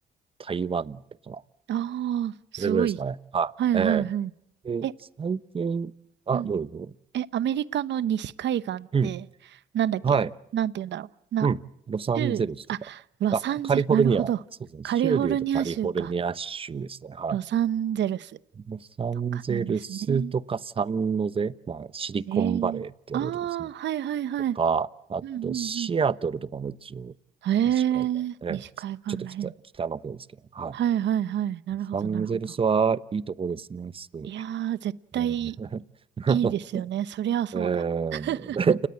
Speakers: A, on the right; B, on the right.
A: 台湾とか、
B: ああ、すごい。
A: それぐらいですかね。はい。
B: はいはいはい。
A: ええ。で、
B: え、
A: 最近、あ、
B: うん。
A: どうぞ。
B: え、アメリカの西海岸って、
A: うん。
B: なんだっけなんて言うんだろう。
A: はい。
B: な
A: うん。ロサンゼルスとか。
B: 州、あ、ロサンゼル、
A: あ、カリフォルニア。
B: なるほど。
A: そうですね。
B: カリフォルニア州か。
A: 州で言うとカリフォルニア州ですね。はい。
B: ロサンゼルス
A: ロサンゼルスとかサンノゼ。
B: とかなんですね。
A: まあ、シリコンバレーって言われるとこですね。
B: えー、ああ、はいはいはい。
A: とか、あとシアトルとかも一応、
B: うんうんうん。ええー、
A: 西い岸。ええ、
B: 西海岸らへん。
A: ちょっと北、北の方ですけど。はい。
B: はいはいはい。なるほどなるほど。
A: ロサンゼルスはいいとこですね。すごい。
B: いやー、絶対
A: うん <laughs>
B: いいですよね。そりゃそうだ。
A: う
B: <laughs>
A: ん <laughs>